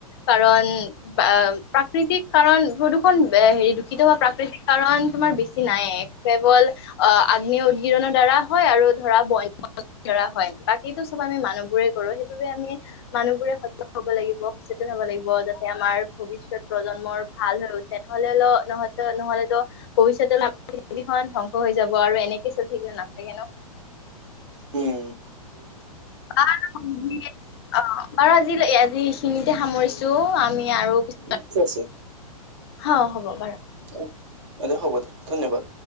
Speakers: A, on the left (about 45°); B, on the right (about 50°).
A: কাৰণ প্ৰাকৃতিক কাৰণ প্ৰদূষণ হেৰি দূষিত হোৱা প্ৰাকৃতিক কাৰণ তোমাৰ বেছি নাইয়ে কেৱল অ আগ্নেয় উদ্গিৰণৰ দ্বাৰা হয় আৰু ধৰা ব দ্বাৰা হয় বাকী চব আমি মানুহ বোৰে কৰো সেইবাবে আমি মানুহবোৰে সহ্য কৰিব লাগিব যে প্ৰস্তুত হ'ব লাগিব যাতে আমাৰ ভৱিষ্যত প্ৰজন্মৰ ভাল হৈ উঠে নহ'লে অল নহ নহলেতো ভৱিষ্যতে আমাৰ পৃথিৱীখন ধ্বংস হৈ যাব আৰু এনেকে চলি থাকিলে নাথাকে ন'।
B: হম।
A: অ বাৰ <unintelligible> আজি এইখিনিতে সামৰিছো আমি আৰু পিছ
B: উ আছে <unintelligible>
A: অ হ'ব বাৰু।
B: অ বাইদেউ হ'ব দে ধন্যবাদ।